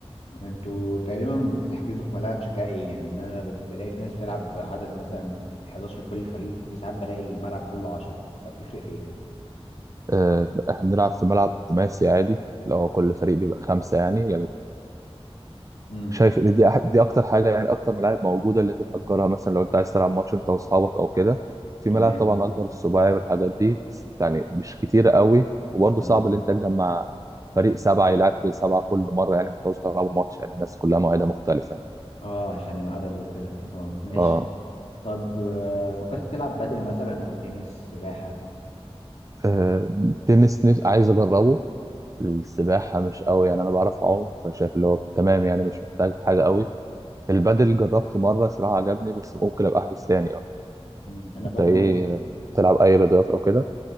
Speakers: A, on the left; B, on the right.
A: انتوا تقريبا بتحجزوا في ملاعب شكلها ايه يعني ان انا ب- بلاقي في ناس بتلعب عدد مثلا 11 كل فريق في ساعات بلاقي الملعب كله 10 فبتفرق في ايه
B: آه، احنا بنلعب في ملعب خماسي عادي لو كل فريق بيبقى خمسه يعني
A: امم
B: شايف ان دي أح- دي اكتر حاجه يعني اكتر ملاعب موجوده اللي تتاجرها مثلا لو انت عايز تلعب ماتش انت واصحابك او كده في
A: تمام
B: ملاعب طبعا اكبر السباعي والحاجات دي بس يعني مش كتيره قوي وبرضه
A: اه
B: صعب ان انت تجمع فريق سبعه يلعب فريق سبعه كل مره يعني ما تعوز تلعبوا ماتش يعني الناس كلها مواعيدها مختلفه يعني
A: اه عشان العدد وكده اه ماشي
B: اه
A: طب آه، فكرت تلعب بادل مثلا او تنس سباحة
B: آه، التنس نفس عايز اجربه السباحه مش قوي يعني انا بعرف اعوم فشايف اللي هو تمام يعني مش محتاج حاجه قوي البادل جربته مره صراحه عجبني بس ممكن ابقى احجز تاني اه
A: مم. انا
B: انت
A: برضو
B: ايه تلعب اي رياضات او كده